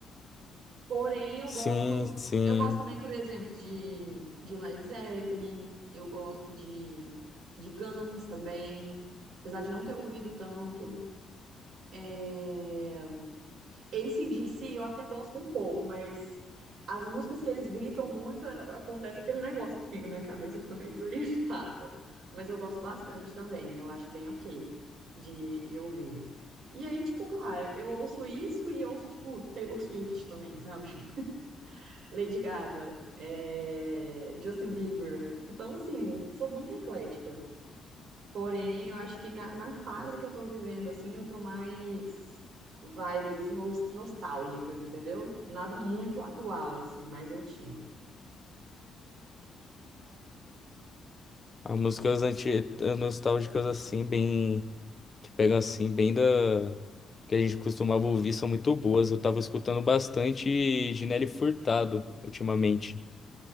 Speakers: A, on the right (about 65°); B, on the left (about 30°).
A: Porém, eu
B: Sim,
A: gosto,
B: sim.
A: eu gosto também, por exemplo, de, de Led Zeppelin, eu gosto de, de Guns também, apesar de não ter ouvido tanto. É... AC/DC eu até gosto um pouco, mas as músicas que eles gritam muito, a- acontece aquele negócio comigo, minha cabeça fica meio desorientada. Mas eu gosto bastante também, eu acho bem ok de, de ouvir. E aí, tipo, claro, eu ouço isso e ouço, tipo, Taylor Swift também, sabe? Lady Gaga, é, Justin Bieber. Então, assim, sou muito eclética. Porém, eu acho que na, na fase que eu tô vivendo, assim, eu tô mais vibes nos- nostálgicas, entendeu? Nada muito atual, assim, mais antigo.
B: As músicas anti as nostálgicas, assim, bem. que pegam assim, bem da. que a gente costumava ouvir, são muito boas. Eu tava escutando bastante de Nelly Furtado ultimamente.